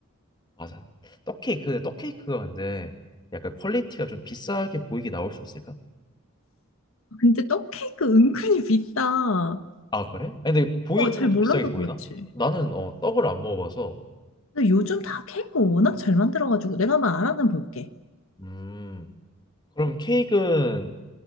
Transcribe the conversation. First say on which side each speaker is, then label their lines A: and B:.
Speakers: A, on the left; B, on the left.
A: 맞아 떡 케이크 근데 떡 케이크가 근데 약간 퀄리티가 좀 비싸게 보이게 나올 수 있을까?
B: 근데 떡케이크 은근히 비싸.
A: 아 그래? 아니, 근데 보이는
B: 어, 잘
A: 것도
B: 몰라서
A: 비싸게 보이나?
B: 그렇지.
A: 나는 어 떡을 안 먹어봐서
B: 근데 요즘 다 케이크 워낙 잘 만들어가지고 내가 한번 알아 볼게.
A: 음 그럼 케이크는